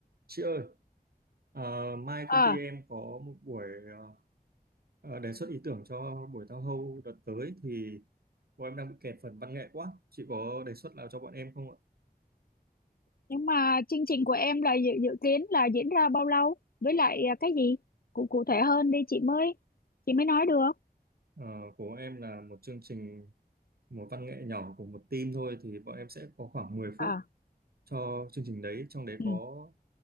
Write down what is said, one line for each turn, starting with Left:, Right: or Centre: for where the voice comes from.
Right: Chị ơi, ờ, mai
Left: Ờ,
Right: công ty em có một buổi ờ, ờ, đề xuất ý tưởng cho buổi tao hâu đợt tới thì bọn em đang bị kẹt phần văn nghệ quá. Chị có đề xuất nào cho bọn em không ạ?
Left: nhưng mà chương trình của em là dự, dự kiến là diễn ra bao lâu? Với lại à, cái gì? Cụ cụ thể hơn đi chị mới chị mới nói được.
Right: Ờ, của em là một chương trình một văn nghệ nhỏ của một team thôi thì bọn em sẽ có khoảng mười phút
Left: À,
Right: cho chương trình đấy, trong đấy
Left: ừ,
Right: có